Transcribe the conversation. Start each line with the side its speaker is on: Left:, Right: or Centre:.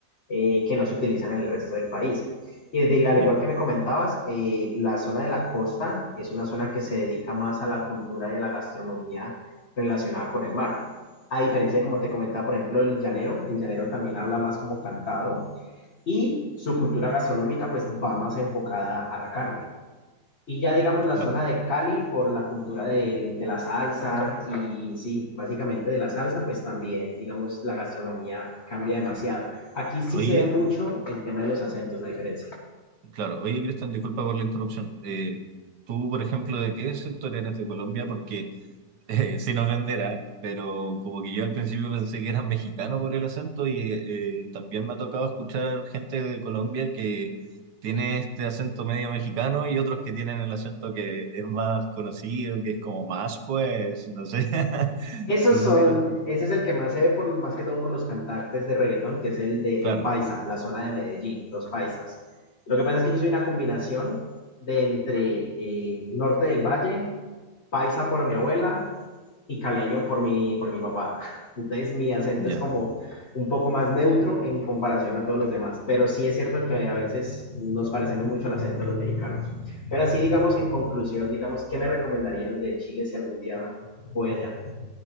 Left: eh, que no se utilizan en el resto del país. Y de- al
Right: Ya,
Left: igual que me comentabas, eh, la zona de la costa es una zona que se dedica más a la cultura y a la gastronomía relacionada con el mar. A diferencia de como te comentaba, por ejemplo, el llanero, el llanero también habla más como cantado y su cultura gastronómica pues va más enfocada a la carne. Y ya digamos
Right: claro.
Left: la zona de Cali por la cultura de, de la salsa y sí, básicamente de la salsa, pues también digamos la gastronomía cambia demasiado. Aquí sí
Right: Oye,
Left: se ve mucho el tema de los acentos, la diferencia.
Right: Claro, oye Cristian, disculpa por la interrupción. Eh, tú, por ejemplo, ¿de qué sector eres de Colombia? Porque <laughs> eh, sin ofender, ¿ah? pero como que yo al principio pensé que eras mexicano por el acento y eh, eh, también me ha tocado escuchar gente de Colombia que tiene este acento medio mexicano y otros que tienen el acento que es más conocido, que es como más, pues, no sé, <laughs>
Left: Esos
Right: no
Left: son,
Right: sé si... me-
Left: ese es el que más se ve por, más que todo por los cantantes de reggaetón, que es el de
Right: Claro,
Left: el Paisa, la zona de Medellín, los paisas. Lo que pasa es que yo soy una combinación de entre eh, Norte del Valle, Paisa por mi abuela y caleño por mi, por mi papá. Entonces mi acento
Right: ya.
Left: es como un poco más neutro en comparación a todos los demás, pero sí es cierto que a veces nos parecemos mucho al acento de los mexicanos. Pero así digamos en conclusión, digamos, ¿qué me recomendarías de Chile si algún día voy allá?